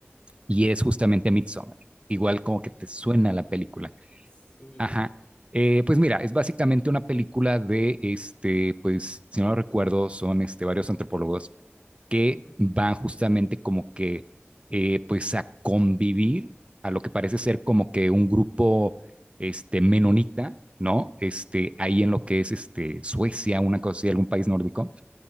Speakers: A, on the right; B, on the left.
A: y es justamente Midsommar. Igual como que te suena la película.
B: Ay, sí.
A: Ajá. Eh, pues mira, es básicamente una película de, este, pues, si no lo recuerdo, son este, varios antropólogos que
B: Ujú,
A: van justamente como que, eh, pues, a convivir a lo que parece ser como que un grupo, este, menonita, ¿no? Este,
B: ujú,
A: ahí en lo que es, este, Suecia, una cosa así, algún país nórdico.